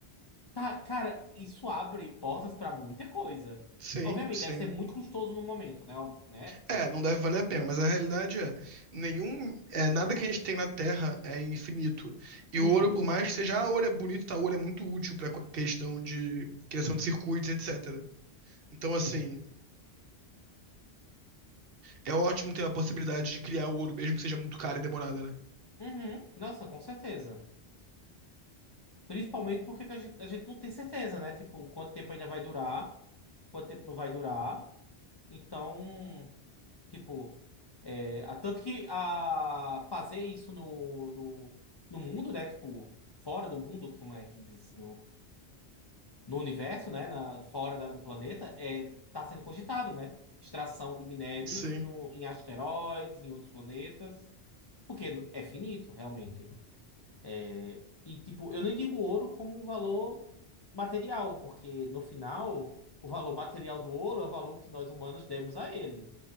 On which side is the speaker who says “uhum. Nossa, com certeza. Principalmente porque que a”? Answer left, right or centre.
Left